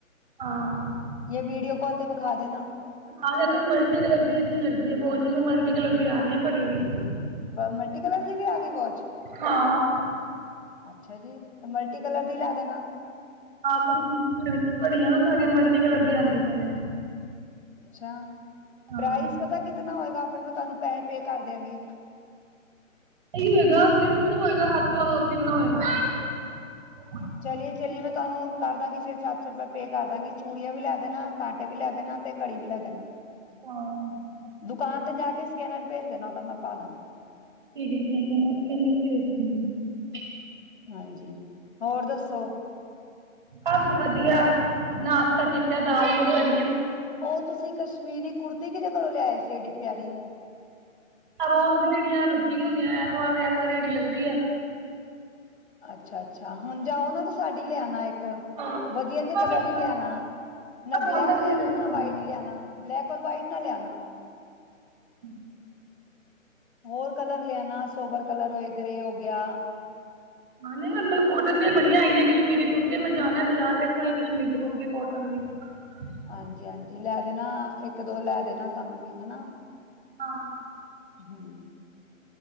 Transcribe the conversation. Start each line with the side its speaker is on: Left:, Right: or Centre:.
Right: ਹਾਂ
Left: ਜਾਂ ਵੀਡੀਓ ਕਾਲ ਤੇ ਵਿਖਾ ਦੇਣਾ
Right: ਹਲ ਮਲਟੀ ਕਲਰ ਵੀ ਅੱਛ ਲੱ ਦੀਦੀ ਵਾਚ ਵੀ ਮਲਟੀ ਕਲਰ ਦੀ ਆ ਰਹੀ ਹੈ ਘੜੀ ਗਈ <unintelligible>
Left: ਮਲਟੀ ਕਲਰ ਦੀ ਵੀ ਆ ਗਈ ਵੋਚ
Right: ਹਾਂ
Left: ਅੱਛਾ ਜੀ ਤੇ ਮਲਟੀ ਕਲਰ ਦੀ ਲੈ ਦੇਣਾ
Right: ਹਾਂ ਕਸ਼ਮੀਰ ਘ ਵਿੱਚ ਘੜੀਆਂ ਨਾ ਸਾਰੀਆਂ ਮਲਟੀ ਕਲਰ ਦੀ ਆਉਂਦੀਆਂ ਨੇ
Left: ਅੱਛਾ
Right: ਹਾਂ
Left: ਪ੍ਰਾਈਜ਼ ਪਤਾ ਕਿਤਨਾ ਹੋਏਗਾ ਫਿਰ ਮੈਂ ਤੁਹਾਨੂੰ ਪੈਸੇ ਪੇ ਕਰ ਦਿਆਂਗੀ
Right: ਹੀ ਹੋਏਗਾ ਤਿੰਨ ਸੌ ਹੋਏਗਾ ਹੱਥ ਵਾਰ ਹੋਰ ਕਿੰਨਾ ਹੋਏਗਾ <unintelligible>
Left: ਚਲੀਏ ਚਲੀਏ ਮੈਂ ਤੁਹਾਨੂੰ ਕਰ ਦਾਂਗੀ ਛੇ ਸੱਤ ਸੌ ਰੁਪਏ ਪੇ ਕਰਦਾਂਗੀ ਚੂੜੀਆਂ ਵੀ ਲੈ ਦੇਣਾ ਕਾਂਟੇ ਵੀ ਲੈ ਦੇਣਾ ਤੇ ਘੜੀ ਵੀ ਲੈ ਲੇਣਾ
Right: ਹਾਂ
Left: ਦੁਕਾਨ ਤੇ ਜਾ ਕੇ ਸਕੈਨਰ ਭੇਜ ਦੇਣਾ ਉਹਦਾ ਮੈਂ ਪਾ ਦਾਂਗੀ
Right: ਠੀਕ ਠੀਕ ਹੈ ਮੈਂ ਤੈਨੂੰ ਭੇਜਦੀ <unintelligible>
Left: ਹਾਂਜੀ ਹੋਰ ਦੱਸੋ
Right: ਬਸ ਵਧੀਆ ਨਾਸ਼ਤਾ ਕੀਤਾ ਦਾਲ ਦੂਲ ਤਰੀ
Left: ਉਹ ਤੁਸੀਂ ਕਸ਼ਮੀਰੀ ਕੁੜਤੀ ਕਿਹਦੇ ਕੋਲੋਂ ਲਿਆਏ ਸੀ ਐਡੀ ਪਿਆਰੀੇ
Right: ਰੋ ਰੜੀਆਂ ਲੱਗੀ ਨ ਹੁੰਦੀਆਂ ਐਤਵਾਰ ਦੇ ਐਤਵਾਰ ੜੀ ਲੱਗਦੀ ਆ
Left: ਅੱਛਾ, ਅੱਛਾ ਹੁਣ ਜਾਓ ਨਾ ਤੇ ਸਾਡੀ ਲਿਆਣਾ ਇੱਕ
Right: ਹਾਂ ਮੈਂ
Left: ਵਧੀਆ ਦੇ ਕਲਰ
Right: ਵੇਖਾਂ
Left: ਦੀ ਲਿਆਨਾ ਨਾ
Right: ਕੋਟਨ
Left: ਬਲੈਕ ਲਿਆਨਾ
Right: ਦੀ ਵੇਖਾਂਗੀ
Left: ਨਾ ਵਾਈਟ ਲਿਆਨਾ ਬਲੈਕ ਔਰ ਵਾਈਟ ਨਾ ਲਿਆਉਣਾ
Right: ਹਮ
Left: ਹੋਰ ਕਲਰ ਲਿਆਣਾ ਸੋਬਰ ਕਲਰ ਹੋਏ ਗਰੇੇ ਹੋ ਗਿਆ
Right: ਹ ਨਹੀਂ ਮਤਲਬ ਕੋਟਨ ਦੀਆਂ ਬੜੀਆਂ ਆਈਆਂ ਕਸ਼ਮੀਰੀ ਕੁੜਤੀ ਮੈਂ ਜਾਣਾ ਬਾਜ਼ਾਰ ਵੇਖਨ ਕਸ਼ਮੀਰੀ ਕੁੜਤੀ ਕੋਟਨ ਦੀ ਹ-
Left: ਹਾਂਜੀ -ਹਾਂਜੀ ਲੈ ਦੇਣਾ ਇੱਕ ਦੋ ਲੈ ਦੇਣਾ ਸਾਨੂੰ ਵੀ ਹਨਾ
Right: ਹਾਂ
Left: ਹਮ